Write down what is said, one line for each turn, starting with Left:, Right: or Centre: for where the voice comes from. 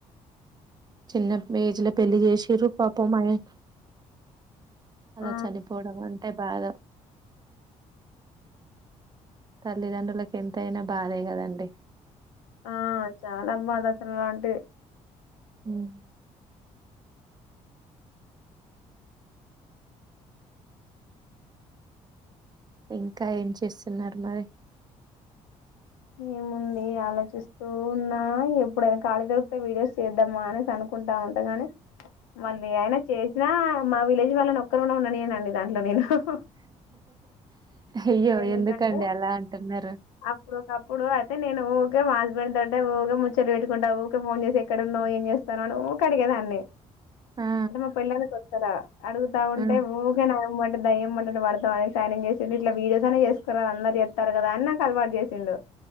Right: చిన్న ఏజీ లా పెళ్లి చేసిరు పాప మయెన అలా
Left: ఆ
Right: చనిపోవడం అంటే బాధ తల్లిదండ్రులకు ఎంత అయినా బాధే కదండి
Left: ఆ చాలా బాధాకరం ఆంటీ
Right: హుమ్ ఇంకా ఏం చేస్తున్నారు మరి
Left: ఏముంది ఆలోచిస్తూ ఉన్నా ఎప్పుడైనా ఖాళీ దొరుకితే వీడియోస్ చేద్దామా అనేసి అనుకుంటా ఉంటాగానీ మళ్ళీ అయినా చేసినా మా విలేజ్ వాళ్ళని ఒక్కరు కూడా ఉండనియ్యను అండి దాంట్లో నేను హుహు
Right: అయ్యో
Left: ఎందుకంటే
Right: ఎందుకండి అలా అంటున్నారు
Left: అప్పుడు ఒకప్పుడు అయితే నేను ఊకే మా హస్బెండ్ తో ఊకే ముచ్చట పెట్టుకుంటా ఊకే ఫోన్ చేసి ఎక్కడున్నావు ఏం చేస్తానవు అని ఊకే అడిగేదాన్ని
Right: ఆ
Left: అంటే మా పెళ్లి ఐన కొత్తల అడుగుతా ఉంటే
Right: ఆ
Left: ఊకే నో దయ్యం పట్టినట్టు పడతావ్ అనేసి ఆయనేం చేసిండు ఇట్లా వీడియోసన్న చేసుకోరాదు అందరు చేత్తారు కదా అని నాకు అలవాటు చేసిండు